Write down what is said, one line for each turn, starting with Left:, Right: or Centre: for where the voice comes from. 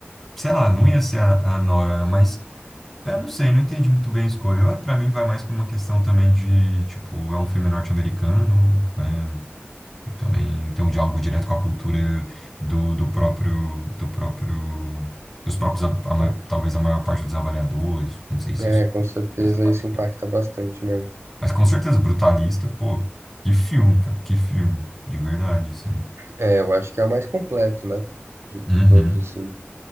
Centre: sei lá, não ia ser a, a Nora, mas... Eu não sei, não entendi muito bem a escolha. Eu, Pra mim vai mais pra uma questão também de, tipo, é um filme norte-americano, né? Também tem um diálogo direto com a cultura do, do próprio, do próprio, dos próprios, a- a ma-
Right: Ah,
Centre: talvez a maior parte dos avaliadores, não sei se
Right: é,
Centre: isso,
Right: com certeza
Centre: dessa maneira.
Right: isso impacta bastante, né?
Centre: Mas com certeza, Brutalista, pô, que filme, cara, que filme, de verdade, assim.
Right: É, eu acho que é o mais completo, né? De,
Centre: Uhum,
Right: de todos, assim.